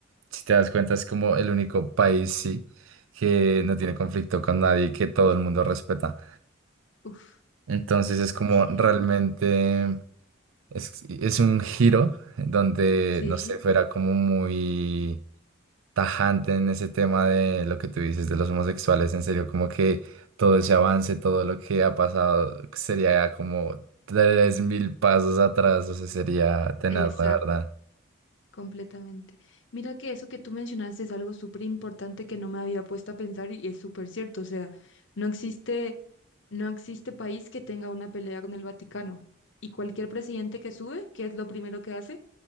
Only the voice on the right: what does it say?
si te das cuenta, es como el único país, sí, que no tiene conflicto con nadie, y que todo el mundo respeta.
Entonces es como
realmente es, es un giro donde,
no sé, fuera como muy tajante en ese tema de lo que tú dices de los homosexuales, en serio, como que todo ese avance, todo lo que ha pasado, sería como tres mil pasos atrás, o sea, sería tenaz,
la verdad.